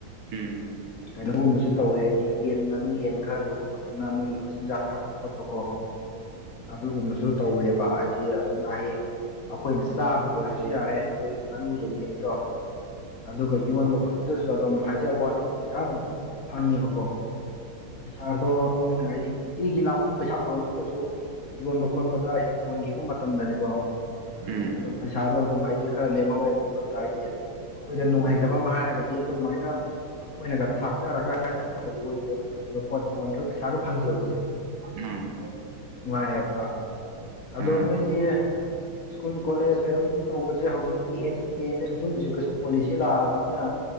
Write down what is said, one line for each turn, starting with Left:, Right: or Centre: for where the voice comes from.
Right: ꯎꯝ
Left: ꯀꯩꯅꯣꯒꯨꯝꯕꯁꯨ ꯇꯧꯋꯦ ꯍꯥꯏꯗꯤ ꯌꯦꯟ ꯉꯥꯅꯨ ꯌꯦꯟ ꯈꯔ ꯂꯣꯏ ꯈꯣꯠꯇꯅ ꯃꯣꯏꯒꯤ ꯃꯆꯤꯟꯖꯥꯛ ꯊꯥꯛꯄ ꯈꯣꯠꯄꯀꯣ ꯑꯗꯨꯒꯨꯝꯕꯁꯨ ꯇꯧꯋꯦꯕ ꯍꯥꯏꯗꯤ ꯑꯗꯨꯅ ꯍꯥꯏꯌꯦ ꯑꯩꯈꯣꯏꯅ ꯆꯥꯕꯒꯤ ꯑꯣꯏꯔꯁꯨ ꯌꯥꯔꯦ ꯂꯣꯏꯕ ꯉꯥꯅꯨ ꯌꯦꯡꯉꯩꯗꯣ ꯑꯗꯨꯒ ꯌꯣꯟ ꯃꯈ ꯑꯗꯨꯝ ꯍꯥꯏꯖꯕ ꯋꯥꯅꯤ ꯑꯗꯨ ꯄꯩꯁꯥ ꯑꯗꯨꯝ ꯐꯪꯉꯦꯕꯀꯣ ꯄꯩꯁꯥꯗꯣ ꯈꯣꯏꯅꯥ ꯍꯥꯏꯗꯤ ꯅꯣꯡ ꯇꯤꯒꯤ ꯂꯥꯛꯄ ꯄꯩꯁꯥ ꯑꯣꯏꯗꯔꯥꯒꯖꯨ ꯌꯣꯟꯕ ꯈꯣꯠꯄꯗ ꯍꯥꯏꯗꯤ ꯌꯣꯟꯒꯤꯕ ꯃꯇꯝꯗꯅꯤꯀꯣ
Right: ꯎꯝ ꯎꯝ
Left: ꯑꯗꯨꯝ ꯄꯩꯁꯥꯗ ꯑꯗꯨꯝ ꯍꯥꯏꯗꯤ ꯈꯔ ꯂꯦꯝꯍꯧꯋꯦꯕ ꯈꯨꯠꯇ ꯍꯥꯏꯗꯤ ꯑꯩꯈꯣꯏꯗ ꯅꯨꯡꯉꯥꯏꯖꯕ ꯑꯃ ꯍꯥꯏꯔꯒꯗꯤ ꯑꯗꯨꯝꯃꯥꯏꯅ ꯑꯩꯈꯣꯏꯅꯒ ꯊꯥꯛꯆꯔꯒ ꯍꯥꯏꯇꯥꯔꯦ ꯌꯣꯟꯒꯤꯕ ꯈꯣꯠꯈꯤꯕ ꯄꯣꯠ ꯌꯣꯟꯒꯔꯥ ꯄꯩꯁꯥꯒ ꯐꯪꯖꯕꯁꯦ
Right: ꯎꯝ
Left: ꯅꯨꯡꯉꯥꯏꯌꯦꯕ ꯑꯗꯣ
Right: ꯑꯥ
Left: ꯅꯣꯏꯗꯤ ꯁ꯭ꯀꯨꯟ ꯀꯣꯂꯦꯖ ꯀꯩꯅꯣꯒꯤꯗꯤ ꯇꯧꯕꯁꯦ ꯍꯧꯖꯤꯛꯇꯤ ꯑꯦꯟ ꯏ ꯄꯤ ꯍꯥꯏꯅꯥ ꯅ꯭ꯌꯨ ꯏꯖꯨꯀꯦꯁꯟ ꯄꯣꯂꯤꯁꯤ ꯂꯥꯛꯑꯕꯅꯤꯅ